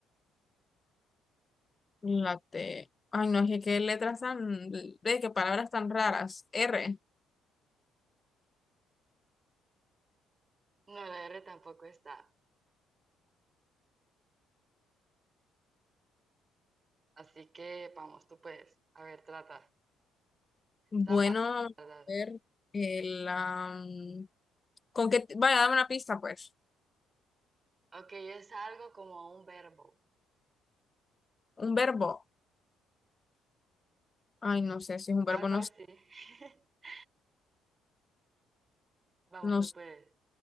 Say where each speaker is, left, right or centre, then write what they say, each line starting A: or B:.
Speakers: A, on the left (about 30°); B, on the right (about 35°).
A: la T. Ay, no, es que qué letras tan, ve, qué palabras tan raras. R,
B: No, la R tampoco está. Así que vamos, tú puedes. A ver, trata.
A: bueno,
B: Está fácil,
A: a
B: la ¿verdad?
A: ver, el, am, ¿con qué? Vaya, dame una pista, pues.
B: Ok, es algo como un verbo.
A: Un verbo. Ay, no sé si es un verbo,
B: Algo
A: no,
B: así.
A: sé,
B: <laughs> Vamos,
A: no,
B: tú
A: sé.
B: puedes.